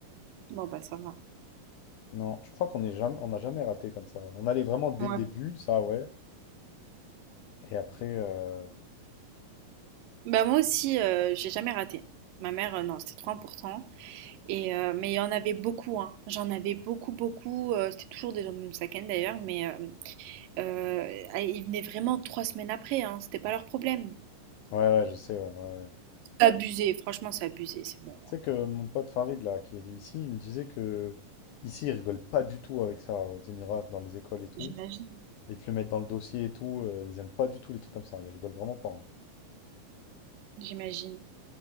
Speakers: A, on the right (about 80°); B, on the left (about 75°).
A: Bon, bah, ça va.
B: Non, je crois qu'on est jamais, on n'a jamais raté comme ça. On allait vraiment dès
A: Ouais.
B: le début, ça, ouais. Et après, euh,
A: Bah moi aussi, euh, j'ai jamais raté. Ma mère, euh, non, c'était trop important. Et, euh, mais il y en avait beaucoup, hein. J'en avais beaucoup, beaucoup. euh, c'était toujours des gens de Moussaken d'ailleurs, mais euh, Euh, ah, ils venaient vraiment trois semaines après, hein, c'était pas leur problème.
B: ouais, ouais, je sais, ouais, ouais, ouais.
A: C'est abusé, franchement, c'est abusé, c'est bon.
B: Tu sais que mon pote Farid, là, qui est ici, il me disait que ici, ils rigolent pas du tout avec ça aux Émirats, dans les écoles et tout.
A: J'imagine.
B: Ils te le mettent dans le dossier et tout. euh, ils aiment pas du tout les trucs comme ça. Ils rigolent vraiment pas. hein.
A: J'imagine.